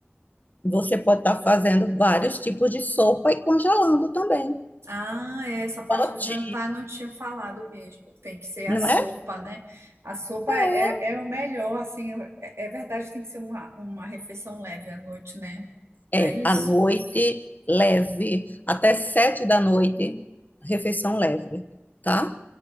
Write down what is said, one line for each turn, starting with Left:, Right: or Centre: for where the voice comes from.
Left: Você pode estar fazendo vários tipos de sopa e congelando também.
Right: Ah, é, essa parte
Left: Pote,
Right: do jantar eu não tinha falado mesmo. Tem que ser a
Left: não
Right: sopa,
Left: é?
Right: né? A sopa
Left: É.
Right: é, é o melhor, assim, é, é verdade, tem que ser uma, uma refeição leve à noite, né? Não
Left: É,
Right: é isso?
Left: à noite, leve, até sete da noite, refeição leve, tá?